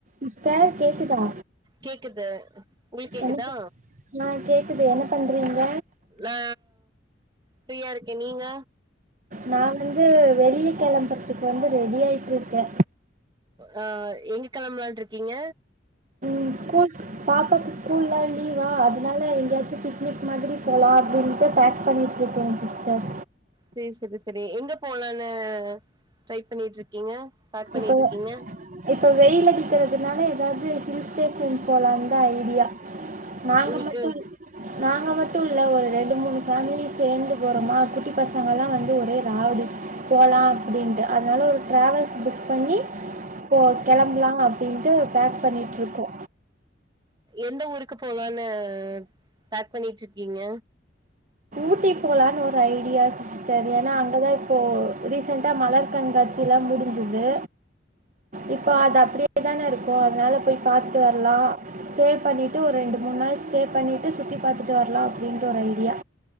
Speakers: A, on the right; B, on the right.
A: அத்த கேட்குதா
B: கேக்குது உங்களுக்கு கேக்குதா
A: என்ன ஆ கேக்குது என்ன பண்றீங்க
B: ஆ ஃப்ரீயா இருக்கே நீங்க
A: நா வந்து வெளிய கிளம்புறத்துக்கு வந்து ரெடி ஆயிட்டு இருக்கே
B: ஆ எங்க கெளம்லா இருக்கீங்க
A: ம் ஸ்கூல்க் பாப்பாவுக்கு ஸ்கூல்லா லீவா அதனால எங்கயாச்சு பிக்னிக் மாதிரி போலா அப்டின்ட்டு பேக் பண்ணி ட்ருக்கே சிஸ்டர்
B: சேர் செரி செரி எங்க போலானு ட்ரை பண்ணிட்ருக்கீங்க பேக் பண்ணிட்ருக்கீங்க
A: இப்போ இப்ப வெயில் அடிக்கறதுனால ஏதாவது ஹில்ஸ் ஸ்டேஷன் போலாந்தா ஐடியா நாங்க
B: உங்களுக்கு
A: மட்டுல்ல நாங்க மட்டுல்ல ஒரு ரெண்டு மூனு ஃபேமிலி சேர்ந்து போறோமா குட்டி பசங்க எல்லா வந்து ஒரே ராவடி போலா அப்டின்ட்டு அதனால ஒரு டிராவல் புக் பண்ணி போ கெளம்பலா அப்டின்ட்டு பேக் பண்ணிட்ருக்கோ
B: எந்த ஊருக்கு போலான்னு பேக் பண்ணிட்ருக்கீங்க
A: ஊட்டி போலானு ஒரு ஐடியா சிஸ்டர் ஏன்னா அங்கதா இப்போ ரீசெண்ட்டா மலர் கண்காட் சி லா முடிஞ்சது இப்ப அது அப்டியே தான இருக்கு அதனால போய் பாத்துட்டு வரலா ஸ்டே பண்ணிட்டு ஒரு ரெண்டு மூன் நாள் ஸ்டே பண்ணிட்டு சுத்தி பாத்துட்டு வரலா அப்டின்ற ஒரு ஐடியா